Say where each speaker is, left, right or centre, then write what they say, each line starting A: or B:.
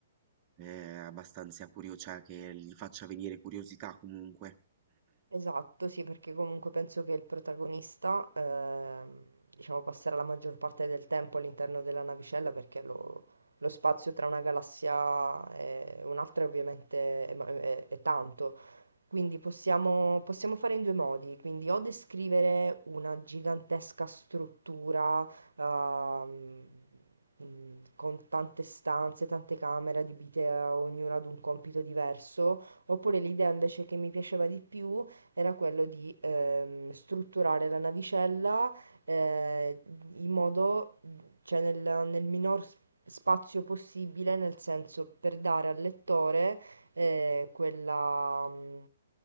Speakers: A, on the right; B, on the right.
A: eh, abbastanza curiosa, cioè che gli faccia venire curiosità comunque.
B: Esatto, sì, perché comunque penso che il protagonista, ehm, diciamo, passerà la maggior parte del tempo all'interno della navicella perché lo, lo spazio tra una galassia e un'altra ovviamente è ma- è- è tanto. Quindi possiamo, possiamo fare in due modi, quindi o descrivere una gigantesca struttura ehm, mm, con tante stanze, tante camere adibite a ognuna ad un compito diverso, oppure l'idea invece che mi piaceva di più era quello di ehm, strutturare la navicella eh, in modo, cioè nel, nel minor s- spazio possibile, nel senso per dare al lettore eh, quella, mm,